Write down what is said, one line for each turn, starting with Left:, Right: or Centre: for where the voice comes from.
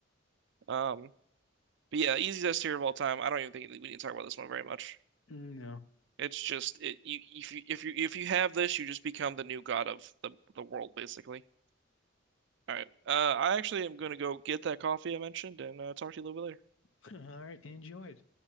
Right: Um But yeah, easiest tier of all time. I don't even think we need to talk about this one very much.
Left: Mm, No.
Right: It's just it you if you if you if you have this, you just become the new god of the the world, basically. All right. Uh, I actually am going to go get that coffee I mentioned and uh, talk to you a little bit later.
Left: <laughs> All right, enjoy it.